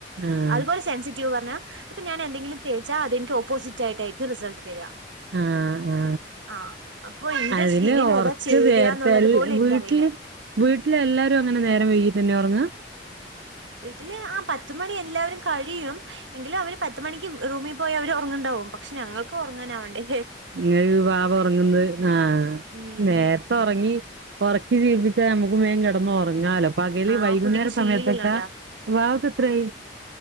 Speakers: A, on the right; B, on the right.
A: ആഹ്
B: അതുപോലെ സെൻസിറ്റീവ് പറഞ്ഞ ഇപ്പ ഞാന് എന്തെങ്കിലും തേച്ചാ അതെനി ഓപ്പോസിറ്റയിട്ടായിരിക്കും റിസൾട്ട് തരിക
A: ആ ആ
B: ആ അപ്പൊ എന്റെ
A: അതിന്
B: സ്കിന്നിന്
A: ഉറക്ക്
B: ഏതാ ചേരുക
A: നേർത്തെ
B: എന്നുള്ളത്
A: എല്ല
B: പോലും എനിക്കറിയില്ല
A: വീട്ടില് വീട്ടിലെ എല്ലാരും അങ്ങനെ നേരം വഴകിട്ട തന്നെ ഓർങ്ങ
B: വീട്ടില് ആ പത്തുമണി എല്ലാവരും കഴിയും എങ്കിലും അവര് പത്തുമണിക്ക് റൂമിൽ പോയി അവര് ഉറങ്ങണ്ടാവും പക്ഷെ ഞങ്ങൾക്ക് ഉറങ്ങാന ആവണ്ടേ
A: ങ്ങൾക്ക് വാവ ഉറങ്ങുന്നത് ആ
B: ഉം
A: നേരത്തെ ഉറങ്ങി ഉറക്കി ശീലി പേ നമുക്ക് മേൻ കിടന്ന് ഉറങ്ങാലോ പകല്
B: ആ
A: വൈകുന്നേര
B: കുട്ടിക്ക് ശീലല്ല
A: സമയത്തൊക്കെ
B: ഉണ്ടാ
A: വാക്ക് എത്രയായി